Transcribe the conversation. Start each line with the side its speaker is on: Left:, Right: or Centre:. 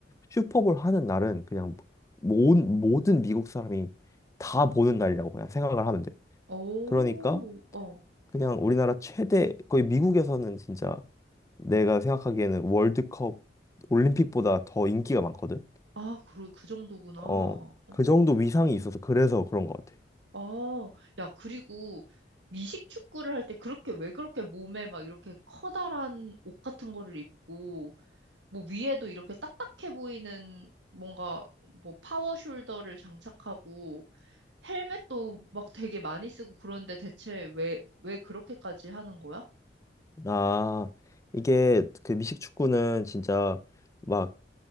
Left: 슈퍼볼 하는 날은 그냥 모든 모든 미국 사람이 다 보는 날이라고 그냥 생각을 하면 돼.
Right: 오,
Left: 그러니까
Right: 어.
Left: 그냥 우리나라 최대 거의 미국에서는 진짜 내가 생각하기에는 월드컵 올림픽보다 더 인기가 많거든.
Right: 아, 그러, 그 정도구나.
Left: 어,
Right: 어.
Left: 그 정도 위상이 있어서 그래서 그런 것 같아.
Right: 아, 야, 그리고 미식 축구를 할 때 그렇게 왜 그렇게 몸에 막 이렇게 커다란 옷 같은 거를 입고 뭐 위에도 이렇게 딱딱해 보이는 뭔가 뭐 파워 숄더를 장착하고 헬멧도 막 되게 많이 쓰고 그런데 대체 왜, 왜 그렇게까지 하는 거야?
Left: 아, 이게 그 미식 축구는 진짜 막